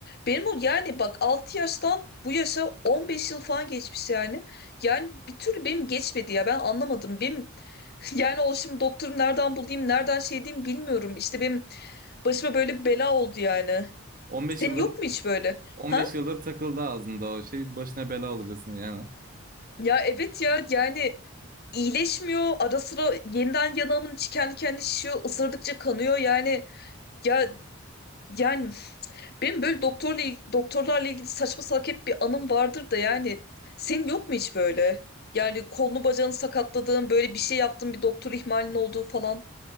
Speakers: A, on the left (about 50°); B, on the right (about 40°).
A: Benim o yani bak 6 yaştan bu yaşa 15 yıl falan geçmiş yani. Yani bir türlü benim geçmedi ya ben anlamadım. Benim <laughs> yani o şimdi doktoru nereden bulayım nereden şey diyeyim bilmiyorum. İşte benim başıma böyle bir bela oldu yani.
B: 15
A: Senin
B: yıldır
A: yok mu hiç böyle?
B: 15
A: Ha?
B: yıldır takıldı ağzımda o şey başına bela olacaksın yani.
A: Ya evet ya yani iyileşmiyor. Ara sıra yeniden yanağımın içi kendi kendine şişiyor. Isırdıkça kanıyor yani. Ya yani Benim böyle doktorla il- doktorlarla ilgili saçma salak hep bir anım vardır da yani senin yok mu hiç böyle? Yani kolunu bacağını sakatladığın böyle bir şey yaptığın bir doktor ihmalinin olduğu falan.